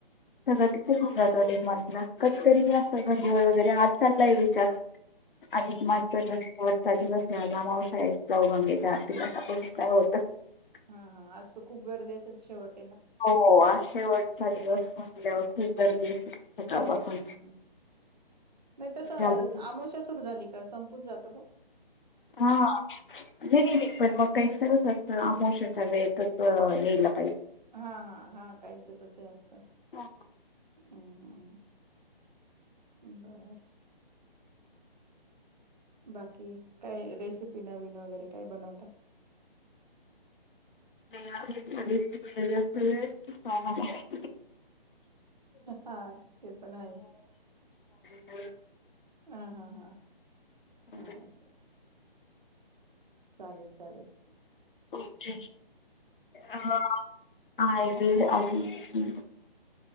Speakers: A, on the left; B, on the right.
A: सगळं तिथेच मिळत डिमार्टला कधीतरी वेळ असतो दोन दिवस वगैरे आज चाललंय विचारं. अधिकमास.
B: हम्म.
A: <unintelligible> चा दिवस त्यांचा मावश्या यायच्यां. <unintelligible> <unintelligible>
B: हा हा असं खूप गर्दी असेलं शेवटं.
A: हो, आज शेवटचा दिवस पण. गावात पण गर्दी असते. सकाळपासूनची.
B: हम्म, हम्मम् नाही तसं
A: ज्यावेळेस
B: आमावश्या सुरू झाली का संप - होऊन जातं गं.
A: हा नाही, नाही, नाही पण मगं काहींचा - फक्त अमावस्येच्या वेळेतचं यायलां.
B: हा, हा, हा काहींच तस असतं
A: असं.
B: हम्म, हम्म. बरं. बाकी कायं रेसिपी नवीनं वगैरे कायं बनवता.
A: <inaudible>
B: हा ते पण आहे.
A: हो.
B: हा- हा- हा.
A: म्हणजे
B: हा अच्छा. चालेलं चालेलं.
A: अं. <unintelligible> हम्.